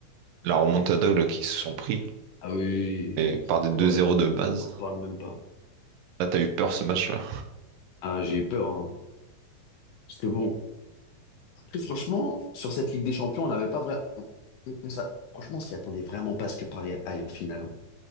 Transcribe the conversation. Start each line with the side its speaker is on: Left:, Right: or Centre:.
Right: la remontada là, qui se sont pris
Left: Ah oui,
Right: et
Left: pff,
Right: par des
Left: oh
Right: deux
Left: là
Right: 0
Left: là,
Right: de base.
Left: on n'en parle même pas.
Right: Là, t'as eu peur ce match-là.
Left: Ah, j'ai eu peur, hein. Parce que bon, après, franchement, sur cette Ligue des Champions, on n'avait pas vrai... on- on- on s'a- Franchement, on s'y attendait vraiment pas à ce que Paris aille en finale. hein.